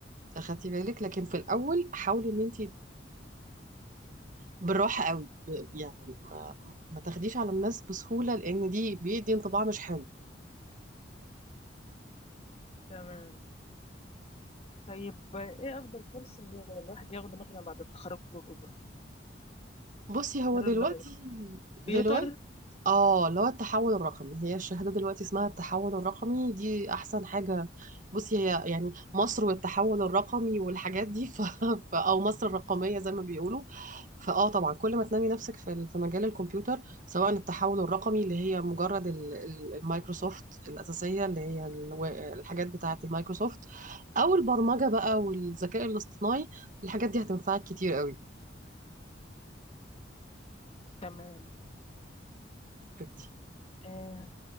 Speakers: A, on the right; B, on the left.
A: اخدتي بالك لكن في الاول حاولي ان انت بالراحة قوي ب- يعني ما, ما تاخديش على الناس بسهولة لان دي بيدي انطباع مش حلو
B: تمام طيب آه، ايه افضل كورس اللي الواحد ياخده مثلا بعد التخرج وكده
A: بصي هو
B: غير
A: دلوقتي
B: اللغة يعني؟
A: دلوقتي
B: كمبيوتر
A: اه اللي هو التحول الرقمي هي الشهادة دلوقتي اسمها التحول الرقمي دي أحسن حاجة بصي هي يعني مصر والتحول الرقمي والحاجات دي ف... <laughs> ف... أو مصر الرقمية زي ما بيقولوا فاه طبعا كل ما تنمي نفسك في ال- في مجال الكمبيوتر سواء التحول الرقمي اللي هي مجرد ال... ال- المايكروسوفت الأساسية اللي هي ال... الحاجات بتاعة المايكروسوفت أو البرمجة بقى والذكاء الاصطناعي الحاجات دي هتنفعك كتير
B: تمام
A: قوي
B: آه،